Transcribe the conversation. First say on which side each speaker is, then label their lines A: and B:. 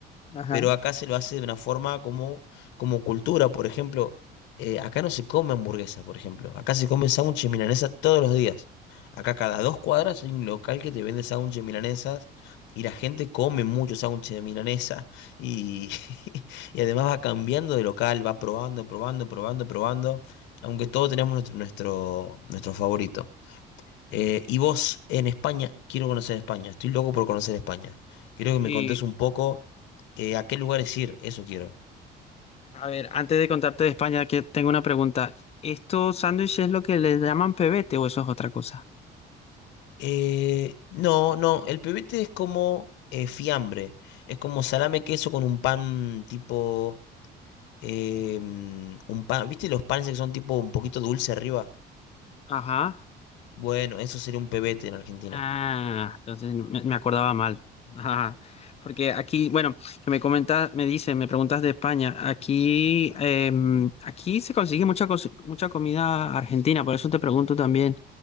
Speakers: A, on the left (about 35°); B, on the left (about 80°).
A: Ajá.
B: pero acá se lo hace de una forma como, como cultura, por ejemplo, eh, acá no se come hamburguesa, por ejemplo, acá se come sándwiches milanesas todos los días. Acá cada dos cuadras hay un local que te vende sándwiches milanesas y la gente come mucho sándwiches de milanesa y, <laughs> y además va cambiando de local, va probando, probando, probando, probando, aunque todos tenemos nuestro, nuestro, nuestro favorito. Eh, y vos en España, quiero conocer España, estoy loco por conocer España. Quiero que me
A: Y
B: contés un poco eh, a qué lugares ir, eso quiero.
A: a ver, antes de contarte de España, que tengo una pregunta. ¿Estos sándwiches es lo que le llaman pebete o eso es otra cosa?
B: Eh, no, no, el pebete es como eh, fiambre, es como salame queso con un pan tipo, eh, mm, un pan, ¿viste los panes que son tipo un poquito dulce arriba?
A: Ajá.
B: Bueno, eso sería un pebete en Argentina.
A: Ah, entonces me, me acordaba mal. <laughs> Ajá. Porque aquí, bueno, que me comentas, me dices, me preguntas de España. Aquí, em, aquí se consigue mucha, cos- mucha comida argentina, por eso te pregunto también.